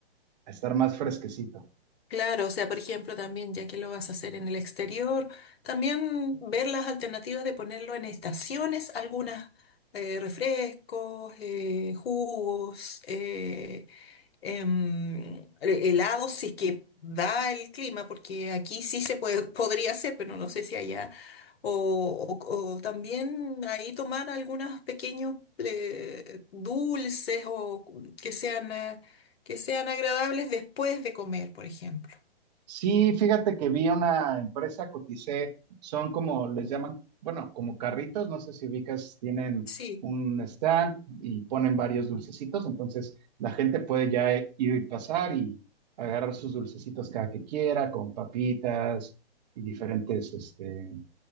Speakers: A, on the right; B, on the left.
A: estar más fresquecito.
B: Claro, o sea, por ejemplo, también ya que lo vas a hacer en el exterior, también ver las alternativas de ponerlo en estaciones, algunas eh, refrescos, eh, jugos, eh, em, he- helado si es que da el clima, porque aquí sí se puede, <laughs> podría hacer, pero no sé si allá. O, o- o también ahí tomar algunos pequeños eh, dulces o cu- que sean, eh, que sean agradables después de comer, por ejemplo.
A: Sí, fíjate que vi una empresa, coticé, son como les llaman, bueno, como carritos, no sé si ubicas, tienen
B: Sí,
A: un stand y ponen varios dulcecitos, entonces la gente puede ya eh, ir y pasar y agarrar sus dulcecitos cada que quiera, con papitas y diferentes, este,